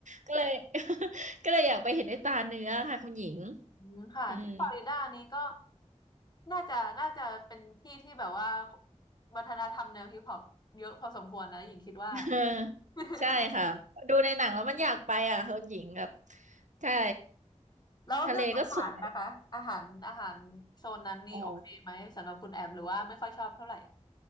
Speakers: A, on the right; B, on the left.
A: ก็เลย <laughs> ก็เลยอยากไปเห็นด้วยตาเนื้อค่ะคุณหญิง
B: อืมค่ะที่ฟลอริดานี้ก็
A: อืม
B: น่าจะน่าจะเป็นที่ที่แบบว่าวัฒนธรรมแนวฮิปฮอปเยอะพอสมควรนะหญิงคิดว่า
A: เออ
B: <laughs>
A: ใช่ค่ะดูในหนังแล้วมันอยากไปอ่ะคุณหญิงแบบใช่
B: แล้วเรื่องอาหารนะคะอาหารอาหารโซนนั้นนี้โอเคไหมสำหรับคุณแอมหรือว่าไม่ค่อยชอบเท่าไหร่
A: ทะเลก็สวยอ๋อ